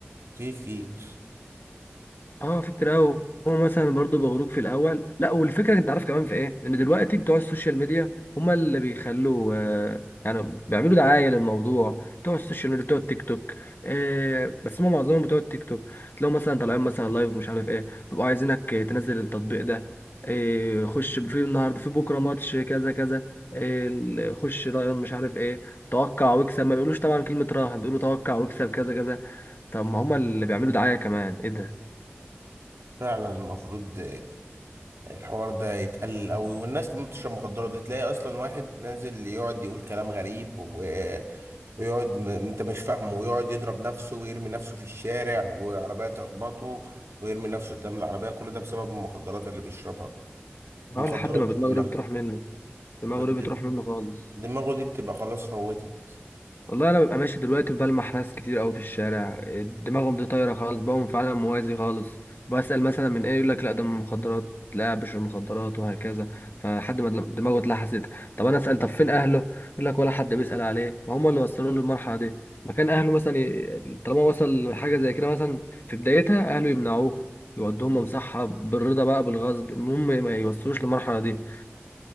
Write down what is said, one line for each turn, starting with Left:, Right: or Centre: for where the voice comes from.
Right: في كتير
Left: اه في كتير قوي هو مثلا برضو بيغروك في الاول لا والفكره انت عارف كمان في ايه ان دلوقتي بتوع السوشيال ميديا هما اللي بيخلوا آه يعني بيعملوا دعايه للموضوع بتوع السوشيال ميديا بتوع التيك توك آه بس هما معظمهم بتوع التيك توك تلاقوا مثلا طالعين مثلا لايف مش عارف ايه بيبقوا عايزينك آه، تنزل التطبيق ده آه خش في النهارده في بكره ماتش كذا كذا آه ال- خش راهن مش عارف ايه توقع واكسب ما بيقولوش طبعا كلمه راهن بيقولوا توقع واكسب كذا كذا طب ما هما اللي بيعملوا دعايه كمان ايه ده
Right: فعلا المفروض الحوار ده يتقلل قوي والناس كمان بتشرب مخدرات دي تلاقي اصلا واحد نازل يقعد يقول كلام غريب و... ويقعد م... انت مش فاهمه ويقعد يضرب نفسه ويرمي نفسه في الشارع وعربية تخبطه ويرمي نفسه قدام العربية كل ده بسبب المخدرات اللي بيشربها المخدرات
Left: اه لحد ما
Right: دي
Left: دماغه
Right: كلها
Left: دي بتروح منه دماغه دي بتروح
Right: د-
Left: منه خالص
Right: دماغه دي بتبقى خلاص فوتت
Left: والله انا ببقى ماشي دلوقتي بلمح ناس كتير قوي في الشارع دماغهم دي طايره خالص بقوا فعلا موازي خالص بسأل مثلا من ايه يقول لك لا ده من المخدرات لا بشر المخدرات وهكذا فلحد ما دل- دماغه اتلحست طب انا اسال طب فين اهله يقول لك ولا حد بيسأل عليه ما هم اللي وصلوه للمرحله دي مكان اهله مثلا ي... طالما وصل لحاجه زي كده مثلا في بدايتها اهله يمنعوه يودوهم مصحه بالرضا بقى بالغصب المهم ما يوصلوش للمرحله دي